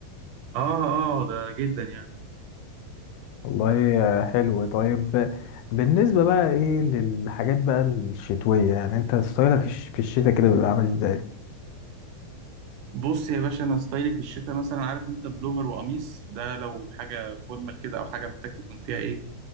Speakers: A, on the right; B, on the left.
A: اه اه ده جدا يعني
B: والله آه، حلو طيب بالنسبة بقى ايه للحاجات بقى الشتوية يعني انت ستايلك الش- في الشتاء كده بيبقى عامل ازاي؟
A: بص يا باشا انا ستايلي في الشتاء مثلا عارف انت بلوفر وقميص ده لو حاجه فورمال كده او حاجه محتاج تكون فيها ايه